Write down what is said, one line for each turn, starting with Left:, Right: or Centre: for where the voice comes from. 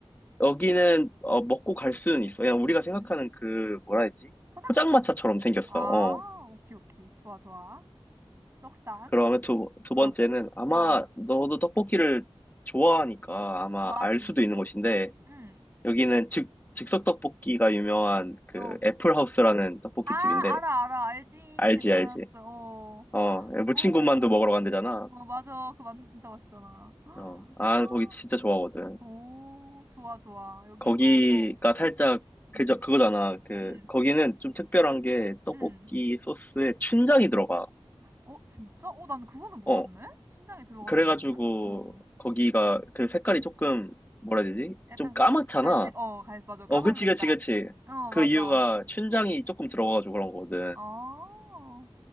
Left: 여기는 어, 먹고 갈 수는 있어. 그냥 우리가 생각하는
Right: 음.
Left: 그 뭐라 해야 되지?
Right: 포장마차?
Left: 포장마차처럼 생겼어.
Right: 아,
Left: 어.
Right: 오키, 오키. 좋아, 좋아. 떡산.
Left: 그러면 두, 두
Right: 어,
Left: 번째는 아마
Right: 어, 어.
Left: 너도 떡볶이를 좋아하니까 아마
Right: 좋아하지.
Left: 알 수도 있는 곳인데
Right: 응.
Left: 여기는 즉석 떡볶이가 유명한 그
Right: 어.
Left: 애플하우스라는 떡볶이
Right: 아, 알아,
Left: 집인데
Right: 알아. 알지.
Left: 알지
Right: 프랑스.
Left: 알지
Right: 어.
Left: 어 무친군만두
Right: 어,
Left: 먹으러 간대잖아
Right: 어, 맞아. 그 만두 진짜 맛있잖아.
Left: 어 아
Right: 아,
Left: 거기 진짜 좋아하거든
Right: 오, 좋아, 좋아. 여기도,
Left: 거기가
Right: 어.
Left: 살짝 그저
Right: 응,
Left: 그거잖아 그
Right: 응, 응.
Left: 거기는 좀 특별한 게 떡볶이
Right: 응.
Left: 소스에 춘장이 들어가
Right: 어, 진짜? 어, 난 그거는 몰랐네?
Left: 어
Right: 춘장이 들어가는
Left: 그래가지고
Right: 건지는? 어.
Left: 거기가 그 색깔이 조금 뭐라 해야 되지
Right: 약간
Left: 좀 까맣잖아
Right: 가, 갈색? 어, 갈색, 맞아. 까만
Left: 어, 그치,
Right: 색깔.
Left: 그치, 그치.
Right: 어,
Left: 그
Right: 맞아.
Left: 이유가 춘장이 조금 들어가가지고 그런 거거든.
Right: 어,